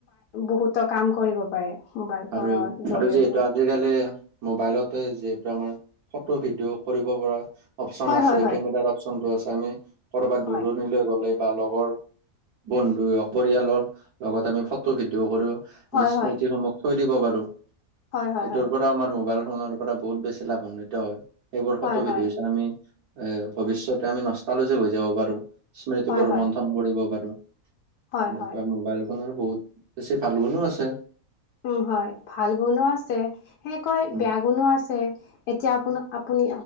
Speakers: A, on the left; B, on the right.
A: বহুতো কাম কৰিব পাৰে। মোবাইল ফোনৰ
B: আৰু
A: জৰিয়তে।
B: আৰু যিহেতু আজিকালি মোবাইলতে যিহেতু আমাৰ ফটো ভিডিঅ' কৰিব পৰা, অপচন
A: হয়
B: আছে
A: হয় হয়
B: কেমেৰাৰ অপচনটো আছে আমি কৰবাত
A: হয়
B: দূৰণি লৈ গ'লে বা লগৰ বন্ধু পৰিয়ালৰ লগত আমি ফটো ভিডিঅ' কৰো। আমি
A: হয়
B: স্মৃতিসমূহক
A: হয়
B: থৈ দিব পাৰো।
A: হয় হয়
B: সেইটোৰ
A: হয়
B: ওপৰত আমাৰ মোবাইল ফোনৰ পৰা বহুত বেছি লাভান্বিত হয় সেইবোৰ
A: হয়
B: ফটো
A: হয়
B: ভিডিঅ চাই আমি এ, ভৱিষ্যতে আমি নষ্টালজিক হৈ যাব পাৰো স্মৃতিবোৰ
A: হয় হয়
B: ৰোমন্থন কৰিব পাৰো।
A: হয়
B: এনেকুৱা
A: হয়
B: মোবাইল খনৰ বহুত বেছি ভাল গুনো আছে।
A: উম, হয় ভাল গুণো আছে সেনেকৈ
B: উম,
A: বেয়া গুণো আছে। এতিয়া আপোন আপুনি